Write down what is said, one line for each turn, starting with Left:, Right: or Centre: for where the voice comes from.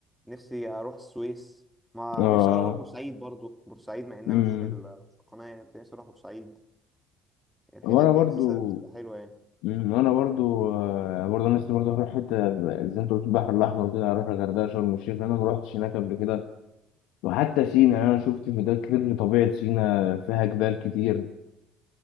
Centre: نفسي اروح السويس ما
Left: اه
Centre: نفسي اجرب اروح بورسعيد برضو بورسعيد مع انها
Left: مم.
Centre: مش في ال- مش في القناه يعني كنت نفسي اروح بورسعيد الحتت
Left: وانا
Centre: دي
Left: برضو
Centre: حاسسها بتبقى حلوه يعني
Left: مم، وانا برضو آه، برضو انا لسه برضو هروح حته زي انت قلت البحر الاحمر كده هروح الغردقه شرم الشيخ لان انا ما رحتش هناك قبل كده وحتى سينا يعني انا شفت فيديوهات كتير لطبيعه سينا فيها جبال كتير